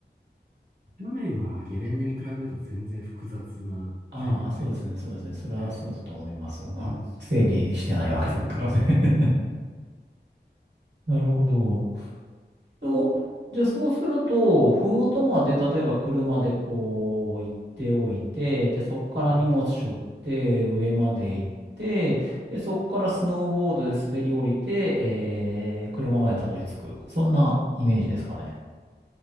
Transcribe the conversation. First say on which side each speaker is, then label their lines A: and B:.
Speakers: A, on the right; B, on the right.
A: 斜面はゲレンデに比べると全然複雑な斜面になり、
B: <laughs> ああ、そうですね、そうですね。それはそうだと思います。
A: はい。
B: うん。
A: うん。
B: 整備してないわけですからね。<laughs> なるほど。と、じゃあそうすると、ふもとまで、例えば車でこう行っておいて、で、そこから荷物背負って上まで行って、
A: はい。
B: で、そこからスノーボードで滑り降りて、えー、車までたどり着く。そんなイメージですかね。